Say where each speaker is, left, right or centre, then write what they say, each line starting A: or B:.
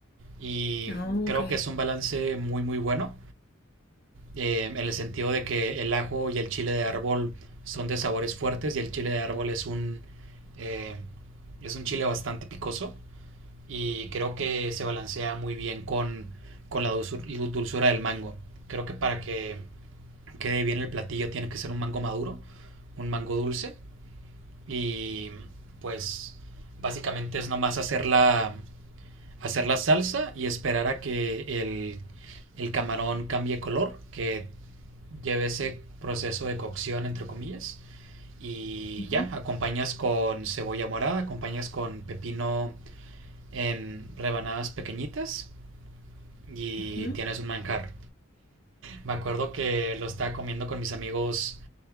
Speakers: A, on the right; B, on the left.
A: Y
B: No,
A: creo
B: ok.
A: que es un balance muy muy bueno, eh, en el sentido de que el ajo y el chile de árbol son de sabores fuertes y el chile de árbol es un, eh, es un chile bastante picoso y creo que se balancea muy bien con, con la dulzur- dulzura del mango. Creo que para que quede bien el platillo tiene que ser un mango maduro, un mango dulce y pues básicamente es nomás hacer la, hacer la salsa y esperar a que el, el camarón cambie color, que lleve ese proceso de cocción, entre comillas. Y
B: Ujú,
A: ya, acompañas con cebolla morada, acompañas con pepino en rebanadas pequeñitas y
B: ujú.
A: tienes un manjar. Me acuerdo que lo estaba comiendo con mis amigos,